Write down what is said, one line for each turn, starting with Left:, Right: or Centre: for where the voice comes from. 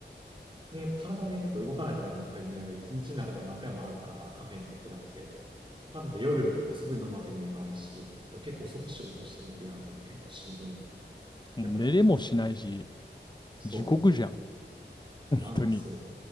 Right: う。で、体でやっぱ動かなくなるタイミングが一日の中でも何回もあるから、カフェにとってなくて。かとい夜遅くに飲むわけにもいかないし、結構遅く仕事してる時なんかも結構しんどい。
Left: もう寝れもしないし、
Right: やっぱでも、そ
Left: 地獄じゃん、本
Right: う、なんですよ。
Left: 当に。